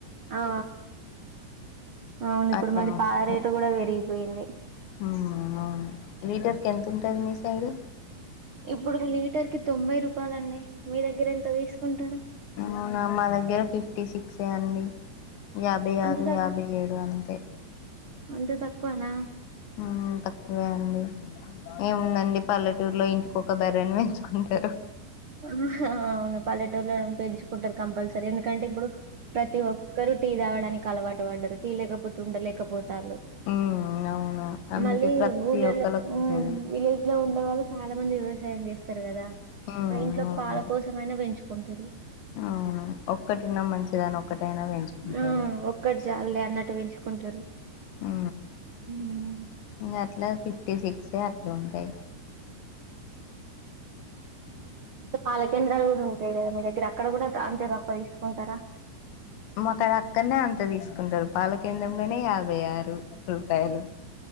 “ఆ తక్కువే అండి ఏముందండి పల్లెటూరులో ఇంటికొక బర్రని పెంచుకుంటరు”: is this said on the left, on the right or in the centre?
Left